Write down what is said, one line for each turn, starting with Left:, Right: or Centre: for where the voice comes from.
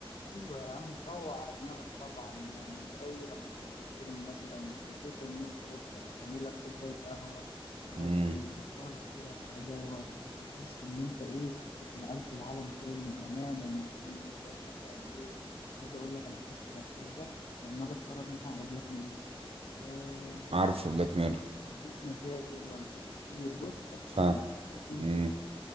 Left: أيوة يا عم تروق على دماغك طبعا يعني زي لما تدخل السينما مثلا أو تقفل النور في أوضتك تعمل لك كوباية قهوة تقعد
Right: امم
Left: ت- تتفرج كده في الهداوة وتحس إن أنت إيه اتنقلت لعالم تاني تماما يا زميلي زي مثلا إيه عايز أقول لك أنا بحس بالإحساس ده لما أجي أتفرج مثلا على بلاك ميرور ياه
Right: عارفه بلاك ميرور
Left: مفيش مشاكل ولا في تفكير بص تركيز
Right: فاهم
Left: تركيز
Right: امم
Left: بس